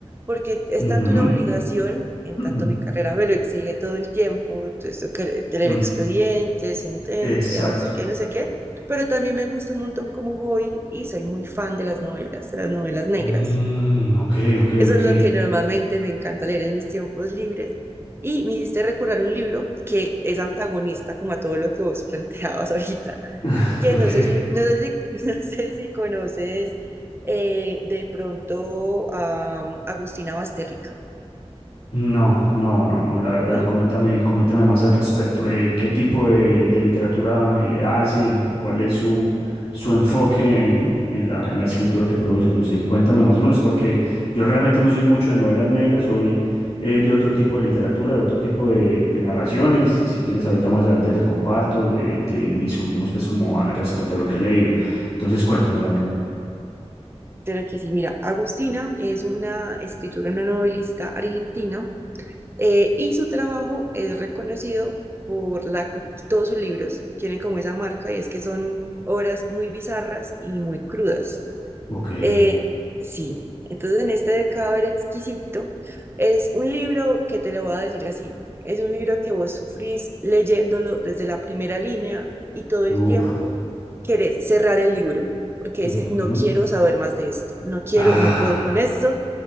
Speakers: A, on the right (about 20°); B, on the left (about 60°).
A: porque es
B: ujú.
A: tanto una obligación,
B: <laughs>
A: en tanto
B: Ujú.
A: mi carrera me lo exige todo el tiempo, esto que le- de leer
B: Mm,
A: expedientes, sentencias,
B: Exacto.
A: no sé qué, no sé qué, pero también me gusta un montón como hobby y soy muy fan de las novelas, de las novelas negras.
B: Mm, ok, ok,
A: Eso
B: ok.
A: es lo que normalmente me encanta leer en mis tiempos libres. Y me hiciste recordar un libro que es antagonista como a todo lo que vos <laughs> planteabas ahorita
B: <laughs>
A: que
B: Porque
A: no sé si, no sé si, <laughs> no sé si conoces eh, de pronto a um, Agustina Basterrica,
B: no, no, no, no. La verdad,
A: ¿no?
B: coméntame, coméntame más al respecto. Eh, ¿qué tipo de, de literatura eh, hace? ¿Cuál es su, su enfoque en, en la, en la escritura que produce? No sé, cuéntame más o menos, porque yo realmente no soy mucho de novelas negras, soy eh, de otro tipo de literatura, de otro tipo de, de narraciones. Si si quieres, ahorita más adelante te comparto, eh, te discutimos pues como a- respecto a lo que he leído. Entonces, cuéntame, Laura.
A: Pero que sí, mira, Agustina es una escritora, una novelista argentina eh, y su trabajo es reconocido por la, cru- todos sus libros tienen como esa marca y es que son obras muy bizarras y muy crudas.
B: Ok.
A: Eh, sí, entonces en este de Caber Exquisito es un libro que te lo voy a decir así, es un libro que vos sufrís leyéndolo desde la primera línea y todo el
B: Uf.
A: tiempo querés cerrar el libro, porque
B: ujú.
A: decís, no quiero saber más de esto, no quiero,
B: Ah.
A: no puedo con esto,